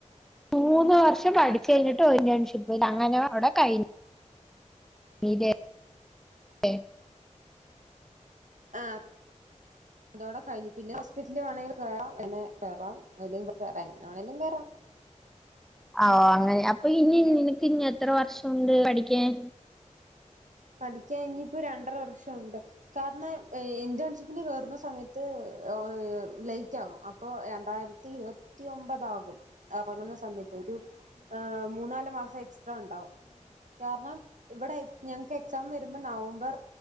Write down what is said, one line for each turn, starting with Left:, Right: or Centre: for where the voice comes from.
Centre: മൂന്ന് വർഷം പഠിച്ചു കഴിഞ്ഞിട്ട് ഇന്റേൺഷിപ്പ് അങ്ങനെ അവിടെ കഴിഞ്ഞ് മീത <unintelligible> ഏ
Right: ആഹ് അതോടെ കഴിഞ്ഞു പിന്നെ ഹസ്ബ- ന്റിന് വേണേ കേറാം പിന്നെ കേറാം അല്ലെ കേറാം എങ്ങനെ വേണെങ്കിലും കേറാം
Centre: ആഹ് ഓഹ് അങ്ങനെ അപ്പൊ ഇനി നിനക്ക് ഇഞ്ഞ് എത്ര വർഷം ഉണ്ട് പഠിക്കാൻ
Right: പഠിക്കാൻ ഇനി ഇപ്പോ രണ്ടര വർഷം ഉണ്ട് കാരണം ഇന്റേൺഷിപ്പിന് കേറുന്ന സമയത്ത് ഓഹ് ലൈ- റ്റാകും അപ്പൊ രണ്ടായിരത്തി ഇരുപത്തിയൊമ്പതാകും ഇറങ്ങുന്ന സമയത്ത് ഒരു ആഹ് മൂന്നാല് മാസം എക്സ്ട്രാ ഉണ്ടാവും കാരണം ഇവിടെ ഞ - ങ്ങക്ക് എക്സാം വരുമ്പോ നവംബർ